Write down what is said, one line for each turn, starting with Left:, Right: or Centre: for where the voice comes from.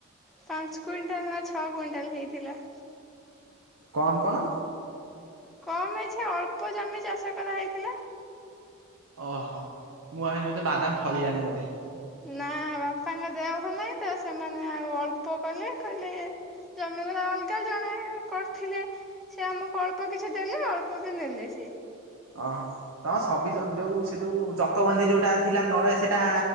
Centre: ପାଞ୍ଚ କୁଇଣ୍ଟାଲ ନା ଛଅ କୁଇଣ୍ଟାଲ ହେଇଥିଲା।
Right: କଣ କଣ?
Centre: କମ ଅଛି ଅଳ୍ପ ଜମି ଚାଷ କରା ହେଇଥିଲା।
Right: ଓହୋ ମୁଁ ଭାବିଲି ବୋଧେ ବାଦାମ ଫଳିଲାଣି ବୋଧେ।
Centre: ନା ବାପାଙ୍କ ଦେହ ଭଲ ନାହିଁ ତ, ସେମାନେ ଆଉ ଅଳ୍ପ କଲେ କହିଲେ ଜମିଗୁରା ଅଲଗା ଜଣେ କରିଥିଲେ। ସେ ଆମକୁ ଅଳ୍ପ କିଛି ଦେଲେ ଅଳ୍ପ ବି ନେଲେ ସିଏ।
Right: ଓହୋ ତ ସବି ଯୋଉ ଯୋଉ ସେ ଯୋଉ ଚକବନ୍ଧି ଯୋଉଟା ଥିଲା ତଳେ ସେଟା